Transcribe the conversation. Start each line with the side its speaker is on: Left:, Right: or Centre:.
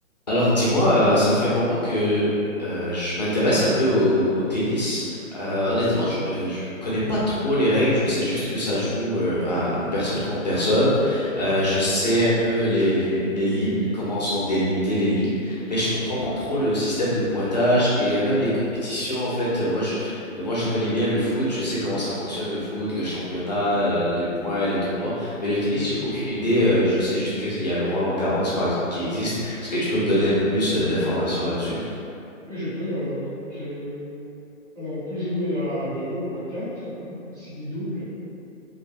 Left: Alors dis-moi, euh, ça fait un moment que euh, je m'intéresse un peu au, au tennis. Euh, honnêtement, je me je connais pas trop les règles. Je sais juste que ça joue euh, à une personne contre personne. Euh, je sais un peu les, les les lignes, comment sont délimitées les lignes, mais je comprends
Right: Mhm.
Left: pas trop le système de pointage et euh, même les compétitions. En fait, Euh, moi je moi je connais bien le foot. Je sais comment ça fonctionne le foot, le championnat,
Right: Mhm.
Left: euh, les points, les tournois. Mais le tennis, j'ai aucune idée. euh, je sais juste qu'il y a le Roland-Garros, par exemple, qui existe. Est-ce que tu peux me donner un peu plus euh, d'informations là-dessus?
Right: Oui, je peux. Alors, donc, euh, alors, on peut jouer à deux ou à quatre. hein. Il y a aussi les doubles.